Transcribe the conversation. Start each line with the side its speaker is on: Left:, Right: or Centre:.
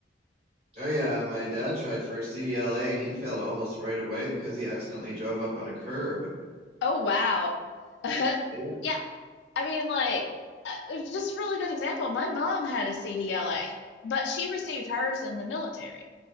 Right: Oh yeah, my dad tried for a CDLA and he failed almost right away because he accidentally drove up on a curb.
Left: Oh, wow. <laughs>
Right: Yeah.
Left: Yeah, I mean, like, uh, it's just a really good example. My mom had a CDLA, but she received hers in the military